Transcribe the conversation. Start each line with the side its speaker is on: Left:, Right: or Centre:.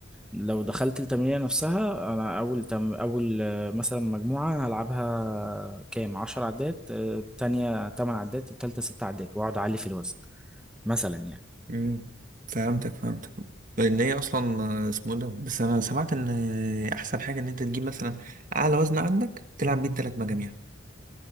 Centre: لو دخلت التمرينة نفسها أنا أول تم أول آه، مثلا مجموعة هلعبها كام عشر عدات آه، التانية تمن عدات التالتة ست عدات وأقعد أعلي في الوزن مثلا يعني
Right: مم. فهمتك فهمتك لان هي اصلا آه، اسمه ده بس انا سمعت ان آه، احسن حاجه ان انت تجيب مثلا اعلى وزن عندك تلعب بيه الثلاث مجاميع